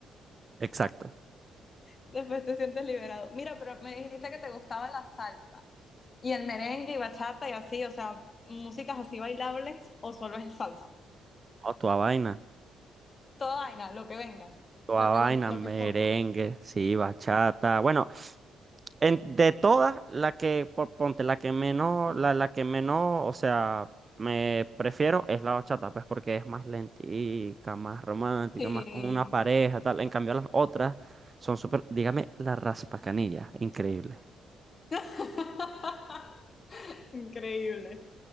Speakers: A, on the right; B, on the left.
A: Exacto.
B: Después te sientes liberado. Mira, pero me dijiste que te gustaba la salsa y el merengue y bachata y así, o sea, músicas así bailables o solo es salsa.
A: Oh, toda vaina,
B: Toda vaina, lo que vengan,
A: toda
B: lo
A: vaina,
B: que, bus- lo
A: merengue,
B: que ponga.
A: sí, bachata. Bueno, en, de todas, la que, po- ponte, la que menos, la, la que menos, o sea, me prefiero es la bachata, pues porque es más lentica, más romántica,
B: Sí.
A: más como una pareja, tal. En cambio, las otras son súper, dígame, la raspacanilla, increíble.
B: <laughs> Increíble.